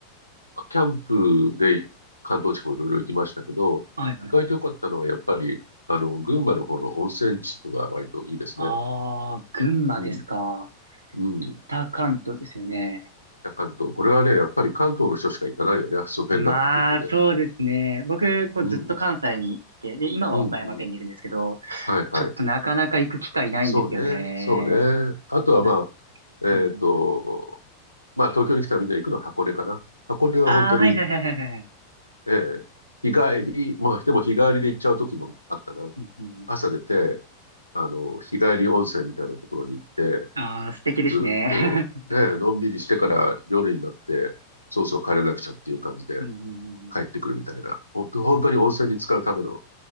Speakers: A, on the left; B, on the right.
A: まあキャンプで関東地方いろいろ行きましたけど、
B: はいはい。
A: 意外と良かったのはやっぱり、あの、群馬の方の温泉地とか割といいですね。
B: ああ、群馬ですか。
A: うん、うん、
B: 北関東ですよね。
A: 北関東。これはね、やっぱり関東の人しか行かないよね。その辺になってくるとね。
B: まあ、そうですね。僕、こう、
A: うん、
B: ずっと関西にいて、で、今は岡山県にいるんですけど、
A: うん、うん。はい、はい。
B: ちょっとなかなか行く機会ないんですよね。
A: そうね、そうね。あとはまあ、
B: な、
A: えっと、
B: うんうん
A: まあ東京に来たらみんな行くのは箱根かな。箱根は本当に、
B: ああ、はいはいはいはいはい
A: ええ日帰り、まあでも日帰りで行っちゃう時もあったな。
B: うんうん、
A: 朝出て、あの、日帰り温泉みたいなところに行って、
B: ああ、素敵ですね。
A: ずっとね、
B: <laughs>
A: のんびりしてから夜になって、そうそう帰れなくちゃっていう感じで
B: うんうんうんうん、
A: 帰ってくるみたいな、ほんと本当に温泉に浸かるための